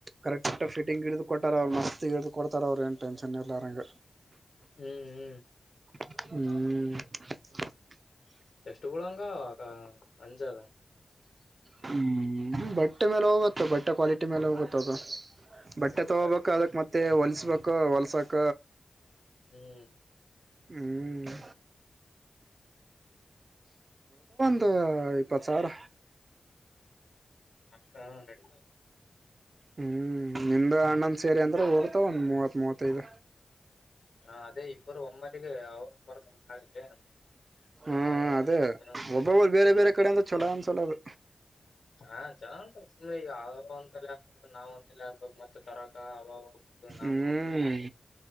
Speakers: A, on the right (about 50°); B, on the left (about 75°).
A: ಕರೆಕ್ಟ್ ಫಿಟಿಂಗ್ ಹಿಡಿದು ಕೊಟ್ಟಾರ ಅವ್ರ್ ಹಿಡಿದು ಕೊಡ್ತಾರ ಅವರು ಏನು ಟೆನ್ಷನ್ ಇರ್ಲ್ಲಾರಲ್ಲ ನಂಗೆ
B: ಹ್ಮ್ ಹ್ಮ್
A: ಹ್ಮ್
B: ಎಷ್ಟಟ್ ಪುಡಂಗ ಆ ಅಂಜದ <unintelligible>
A: ಹ್ಮ್ ಬಟ್ಟೆ ಮೇಲೆ ಹೋಗುತ್ತ ಬಟ್ಟೆ ಕ್ವಾಲಿಟಿ ಮೇಲೆ ಹೋಗುತ್ತ ಅದು ಬಟ್ಟೆ
B: ಬಟ್ಟಿ
A: ತಗೋಬೇಕು
B: ಕ್ವಾಲಿಟಿ ಮಾಡ್ಬೋದು.
A: ಅದಕ್ಕೆ ಮತ್ತೆ ಹೊಲ್ಸ್ಬೇಕು ಹೊಲ್ಸಕ
B: ಹ್ಮ್
A: ಹ್ಮ್ ತ್ತ ಇಪ್ಪತ್ ಸಾವ್ರ
B: ಅಷ್ಟ ನಡಿತಾದ್
A: ಹ್ಮ್ ನಿಮ್ದ ಅಣ್ಣಂದ ಸೇರಿ ಅಂದ್ರೆ ಹೋಗತಾವ ಒಂದ್ ಮೂವತ್ ಮೂವತ್ತೈದ
B: ಹಾ ಅದೇ ಇಬ್ಬರು ಒಮ್ಮಟಿಗೆ ಅವರು ಬರ್ತಾರ ನಾಳಿಗೆ
A: ಹ್ಮ್
B: ನಾನು
A: ಅದೇ
B: ನೀನು
A: ಒಬ್ಬೊಬ್ಬರು ಬೇರೆ ಬೇರೆ ಕಡೆಯಿಂದ ಚಲೋ ಅನ್ಸಲ್ಲ ಅದು
B: ಹಾ ಚಂದ ಸುಮ್ನೆ ಈಗ ಅವ ಅಂತಲೇ ಆಗ್ಬೇಕು ನಾವ್ ಅಂತಲ್ಲೇ ಆಗ್ಬೇಕು ಮತ್ ತರಕ ಅವ <unintelligible>
A: ಹ್ಮ್
B: ಹೋಗ್ಬೇಕು